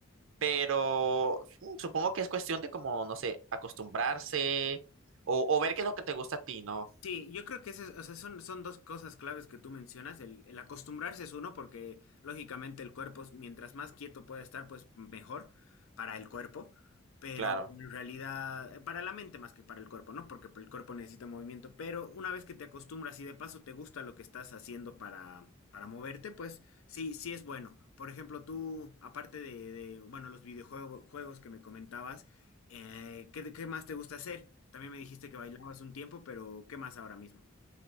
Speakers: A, on the right (about 65°); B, on the left (about 80°).
A: pero mm, supongo que es cuestión de como, no sé, acostumbrarse o, o ver qué es lo que te gusta a ti, ¿no?
B: Sí, yo creo que ese es- o sea, son, son dos cosas claves que tú mencionas. El, el acostumbrarse es uno, porque lógicamente el cuerpo, es- mientras más quieto pueda estar, pues mejor para el cuerpo. Pero
A: Claro.
B: en realidad, eh, para la mente más que para el cuerpo, ¿no? Porque el cuerpo necesita movimiento. Pero una vez que te acostumbras y de paso te gusta lo que estás haciendo para, para moverte, pues sí, sí es bueno. Por ejemplo, tú, aparte de, de, bueno, los videojuegos juegos que me comentabas, eh, ¿qué, qué más te gusta hacer? También me dijiste que bailabas un tiempo, pero ¿qué más ahora mismo?